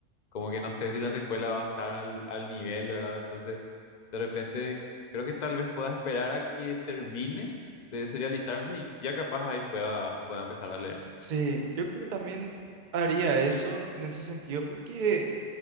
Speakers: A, on the left (about 45°); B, on the right (about 50°).
A: como que no sé si la secuela va a estar al, al nivel, ¿verdad? Entonces, de repente, creo que tal vez pueda esperar a que termine de serializarse y ya capaz ahí pueda, pueda empezar a leer.
B: Sí, yo creo que también haría eso en ese sentido porque...